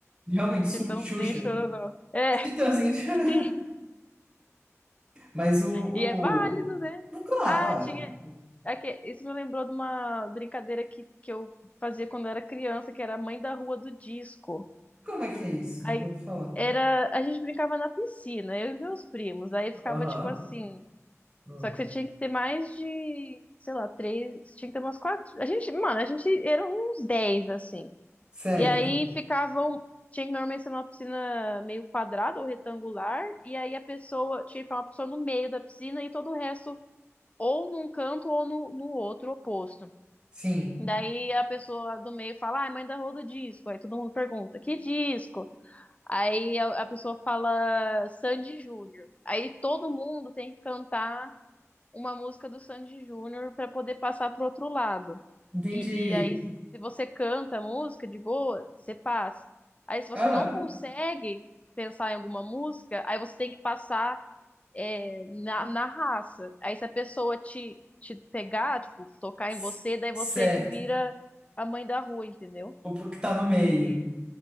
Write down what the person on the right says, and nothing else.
Realmente,
Su- Xuxa.
Titãzinho chorando.
Mas o, o...
o Claro,
ó.
Como é que é isso?
Nunca ouvi falar.
Aham.
Hum.
Certo.
Sim.
Entendi.
Ah,
c-
certo.
O que tá no meio.